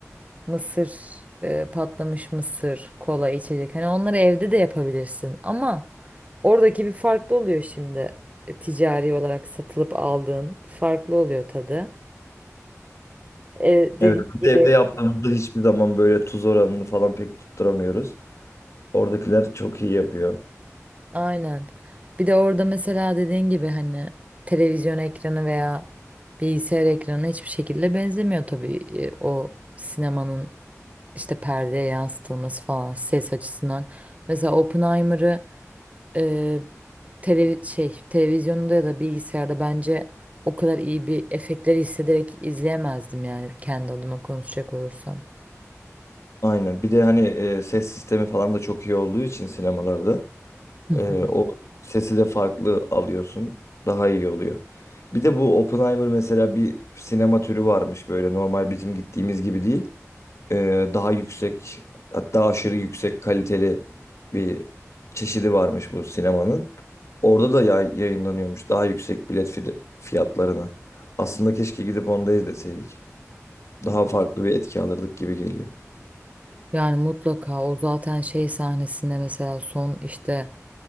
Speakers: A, on the right; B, on the left.
A: Mısır, e, patlamış mısır, kola, içecek. Hani onları evde de yapabilirsin ama oradaki bir farklı oluyor şimdi. E, Ticari olarak satılıp aldığın farklı oluyor tadı. E, dediğim
B: Evet, biz
A: gibi
B: evde yaptığımızda hiçbir zaman böyle tuz oranını falan pek tutturamıyoruz. Oradakiler çok iyi yapıyor.
A: aynen. Bir de orada mesela dediğin gibi hani televizyon ekranı veya bilgisayar ekranı hiçbir şekilde benzemiyor tabii E, o sinemanın işte perdeye yansıtılması falan ses açısından. Mesela Oppenheimer'ı e, tele, şey televizyonda ya da bilgisayarda bence o kadar iyi bir efektleri hissederek izleyemezdim yani kendi adıma konuşacak olursam.
B: Aynen. Bir de hani e, ses sistemi falan da çok iyi olduğu için sinemalarda
A: Hı
B: e,
A: hı.
B: o sesi de farklı alıyorsun. Daha iyi oluyor. Bir de bu Oppenheimer mesela bir sinema türü varmış böyle normal bizim gittiğimiz gibi değil. E, daha yüksek hatta aşırı yüksek kaliteli bir çeşidi varmış bu sinemanın. Orada da yay- yayınlanıyormuş daha yüksek bilet fi- fiyatlarına. Aslında keşke gidip onu da izleseydik. Daha farklı bir etki alırdık gibi geliyor.
A: Yani mutlaka o zaten şey sahnesinde mesela son işte